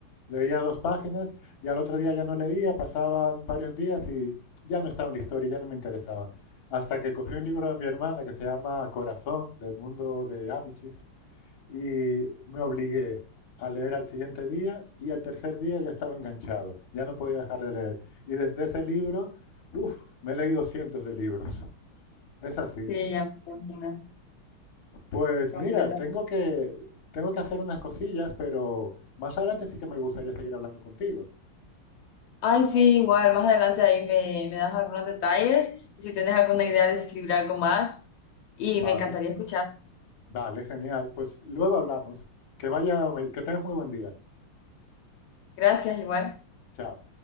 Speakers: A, on the left (about 55°); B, on the left (about 80°).
A: leía dos páginas y al otro día ya no leía, pasaban varios días y ya no estaba en la historia, ya no me interesaba. Hasta que cogí un libro de mi hermana que se llama Corazón, de Edmundo de Amichis, y me obligué a leer al siguiente día y al tercer día ya estaba enganchado, ya no podía dejar de leer. Y desde ese libro, uff, me he leído cientos de libros. Es así.
B: Sí, ya me imagino,
A: Pues
B: completa.
A: mira, tengo que, tengo que hacer unas cosillas, pero más adelante sí que me gustaría seguir hablando contigo.
B: Ay, sí, igual, más adelante ahí me, me das algunos detalles, y si tienes alguna idea de escribir algo más, y
A: Vale,
B: me encantaría escuchar.
A: vale, genial. Pues luego hablamos. Que vaya, que tengas muy buen día.
B: Gracias, igual.
A: Chao.